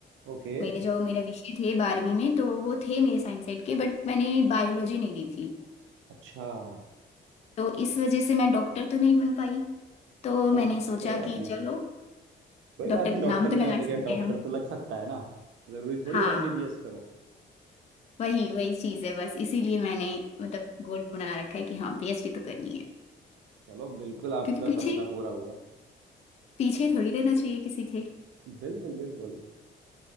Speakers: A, on the right (about 75°); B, on the left (about 35°).
A: ओके
B: मेरे जो मेरा विषय थे बारहवीं में तो वो थे मेरे साइंस साइड के बट मैंने बायोलॉजी नहीं ली थी
A: अच्छा ओ,
B: तो इस वजह से मैं डॉक्टर तो नहीं बन पाई तो मैंने
A: कोई
B: सोचा
A: बात
B: कि
A: नहीं
B: चलो
A: कोई
B: डॉक्टर
A: बात नहीं डॉक्टर
B: नाम तो
A: नहीं
B: लगा
A: है
B: ही
A: तो
B: सकते
A: क्या डॉक्टर
B: हैं हम
A: तो लग सकता है ना जरूरी थोड़ी
B: हाँ
A: एमबीबीएस करो
B: वही वही चीज़ है बस इसीलिए मैंने मतलब गोल बना रखा है कि हाँ पीएचडी तो करनी है
A: चलो बिल्कुल आपका
B: क्योंकि पीछे
A: सपना पूरा हुआ
B: पीछे थोड़ी रहना चाहिए किसी के
A: बिल्कुल बिल्कुल